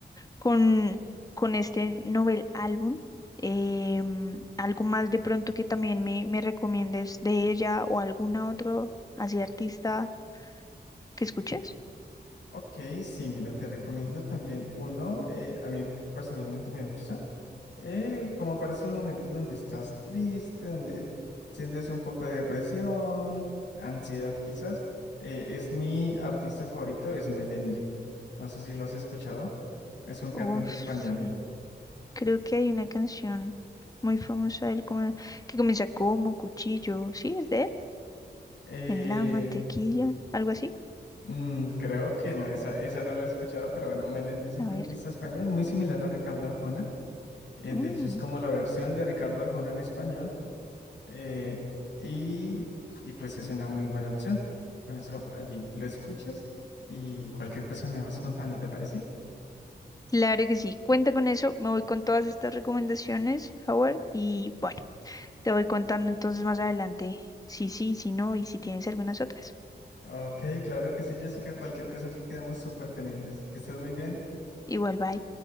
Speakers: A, on the left (about 20°); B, on the left (about 85°).
A: con, con este novel álbum. Em, algo más de pronto que también me, me recomiendes de ella o alguna otra así artista que escuches.
B: Ok, sí, mira, te recomiendo también uno, eh, a mí personalmente me gusta, eh, como para esos momentos donde estás triste, donde sientes un poco de depresión, ansiedad quizás, eh, es mi artista favorito, es Melendi. No sé si lo has escuchado, es un cantante
A: Uf,
B: español.
A: sí. Creo que hay una canción muy famosa de él como- que comienza como cuchillo. Sí, es de él.
B: Eh,
A: En la mantequilla, algo así.
B: Mm, creo que no, esa, esa no la he escuchado, pero bueno, Melendi es un
A: A
B: cantista
A: ver.
B: español muy similar a Ricardo Arjona. Eh,
A: Mm.
B: de hecho, es como la versión de Ricardo Arjona en español. eh, y, y pues es una muy buena opción. Con eso allí lo escuchas y cualquier cosa me vas contando, ¿te parece?
A: Claro que sí, cuenta con eso, me voy con todas estas recomendaciones, Howard, y bueno, te voy contando entonces más adelante si sí, si no y si tienes algunas otras.
B: Ok, claro que sí, Jessica. Cualquier cosa allí quedamos súper pendientes. Que estés muy bien.
A: Igual, bye.